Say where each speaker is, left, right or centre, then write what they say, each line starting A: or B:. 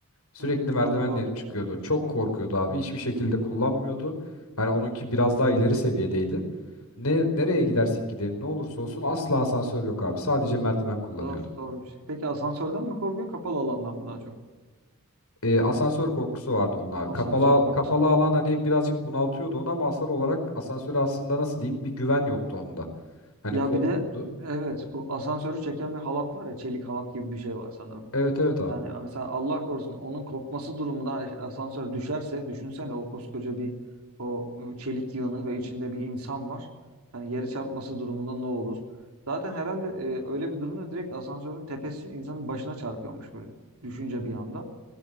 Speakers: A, on the left (about 80°); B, on the right (about 75°).
A: Sürekli
B: Hmm.
A: merdivenle
B: O da korkuyor
A: inip çıkıyordu.
B: demek.
A: Çok korkuyordu
B: Hı hı.
A: abi. Hiçbir şekilde kullanmıyordu. Hani onunki biraz daha ileri seviyedeydi. Ne nereye gidersek gidelim ne olursa olsun asla asansör yok abi. Sadece merdiven kullanıyordu.
B: Zor, zor bir şey. Peki asansörden mi korkuyor, kapalı alandan mı daha çok?
A: e, asansör korkusu vardı onun abi.
B: Asansör
A: Kapalı al-
B: korkusu.
A: kapalı alan hani birazcık bunaltıyordu onu ama asıl olarak asansöre aslında nasıl diyeyim bir güven yoktu onda. Hani
B: Ya
A: korkuyordu.
B: bir de evet bu asansörü çeken bir halat var ya çelik halat gibi bir şey var sanırım.
A: Evet evet abi.
B: Yani mesela Allah korusun onun kopması durumunda asansör düşerse düşünsene o koskoca bir o ıı, çelik yığını ve içinde bir insan var. Hani yeri çarpması durumunda ne olur? Zaten herhalde e, öyle bir durumda direkt asansörün tepesi insanın başına çarpıyormuş böyle düşünce bir anda.